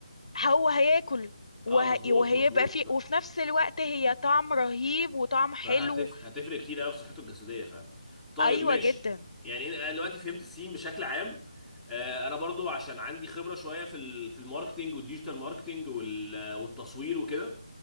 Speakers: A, on the left (about 65°); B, in the centre.
A: هو هياكل وه-
B: اه مظبوط
A: وهيبقى
B: مظبوط
A: فيه
B: ف...
A: وفي نفس الوقت هي طعم رهيب وطعم حلو
B: فهتف هتفرق كتير قوي في صحته الجسديه فعلا طيب
A: ايوه
B: ماشي
A: جدا
B: يعني إن- انا دلوقتي فهمت السين بشكل عام آه، انا برضو عشان عندي خبره شويه في ال- في الماركتينج والديجيتال ماركتينج وال- والتصوير وكده